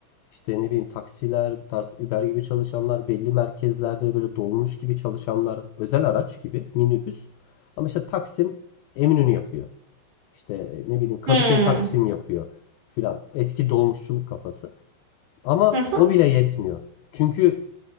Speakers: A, on the left; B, on the right.
A: İşte ne bileyim taksiler, bu tarz Uber gibi çalışanlar, belli merkezlerde böyle dolmuş gibi çalışanlar, özel araç gibi minibüs. Ama işte Taksim Eminönü yapıyor. İşte e, ne bileyim Kadıköy
B: Hmm.
A: Taksim yapıyor filan. Eski dolmuşçuluk kafası. Ama
B: Hı hı.
A: o bile yetmiyor. Çünkü